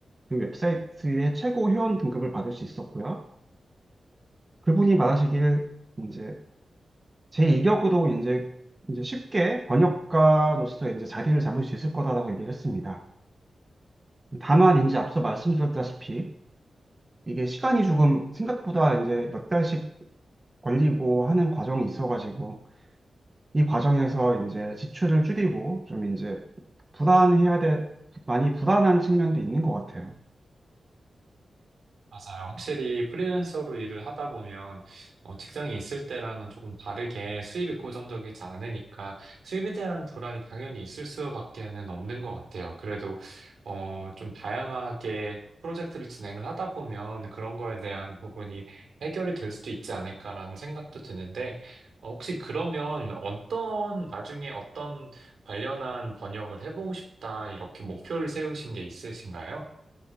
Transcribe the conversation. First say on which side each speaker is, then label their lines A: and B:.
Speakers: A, on the right; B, on the right.
A: 그 웹사이트의 최고 회원 등급을 받을 수 있었고요. 그분이 말하시길 이제 제 이력으로 이제 이제 쉽게 번역가로서 이제 자리를 잡을 수 있을 거다라고 얘기를 했습니다. 다만 이제 앞서 말씀드렸다시피 이게 시간이 조금 생각보다 이제 몇 달씩 걸리고 하는 과정이 있어가지고 이 과정에서 이제 지출을 줄이고 좀 이제 불안해야 돼, 많이 불안한 측면도 있는 것 같아요.
B: 맞아요. 확실히 프리랜서로 일을 하다 보면 뭐 직장에 있을 때랑은 조금 다르게 수입이 고정적이지 않으니까 수입에 대한 불안이 당연히 있을 수밖에는 없는 것 같아요. 그래도 어, 좀 다양하게 프로젝트를 진행을 하다 보면 그런 거에 대한 부분이 해결이 될 수도 있지 않을까라는 생각도 드는데 어, 혹시 그러면 어떤 나중에 어떤 관련한 번역을 해보고 싶다 이렇게 목표를 세우신 게 있으신가요?